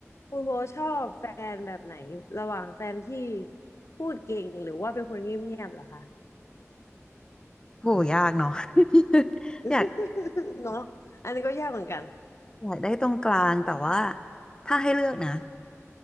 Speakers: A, on the left; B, on the left.
A: คุณโบชอบแฟนแบบไหนระหว่างแฟนที่พูดเก่งหรือว่าเป็นคนเงียบๆเหรอคะ
B: โหยากเนาะ <laughs>
A: <laughs>
B: อยาก
A: เนาะอันนี้ก็ยากเหมือนกัน
B: อยากได้ตรงกลางแต่ว่าถ้าให้เลือกนะ